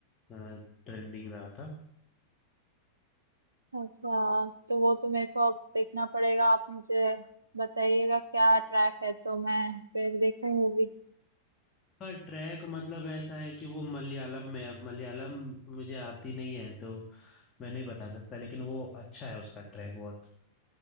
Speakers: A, on the left; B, on the right.
A: ट्रेंडिंग रहा था
B: अच्छा तो वो तो मेरे को अब देखना पड़ेगा आप मुझे बताइएगा क्या ट्रैक है तो मैं फिर देखूं मूवी
A: का ट्रैक मतलब ऐसा है कि वो मलयालम में अब मलयालम मुझे आती नहीं है तो मैं नहीं बता सकता लेकिन वो अच्छा है उसका ट्रैक बहुत